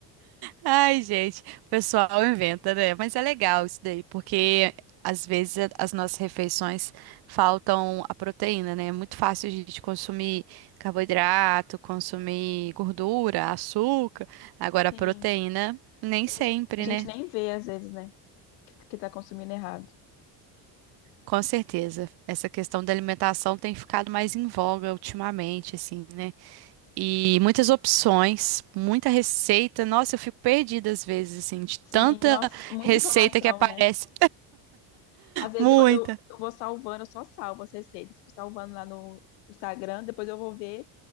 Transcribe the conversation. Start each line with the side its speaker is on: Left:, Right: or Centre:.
Right: Ai, gente, o pessoal inventa, né? Mas é legal isso daí, porque às vezes a- as nossas refeições faltam a proteína, né? É muito fácil a gente consumir carboidrato, consumir gordura, açúcar. Agora,
Left: Sim.
Right: a proteína, nem
Left: A
Right: sempre,
Left: gente, a gente
Right: né?
Left: nem vê, às vezes, né? Que, que tá consumindo errado.
Right: Com certeza. Essa questão da alimentação tem ficado mais em voga ultimamente, assim, né? E muitas opções, muita receita. Nossa, eu fico perdida às vezes, assim, de tanta
Left: Sim, nossa, muita
Right: receita
Left: informação,
Right: que aparece.
Left: né? Às vezes
Right: Muita.
Left: eu, eu, eu vou salvando, eu só salvo as receitas, fico salvando lá no Instagram, depois eu vou ver.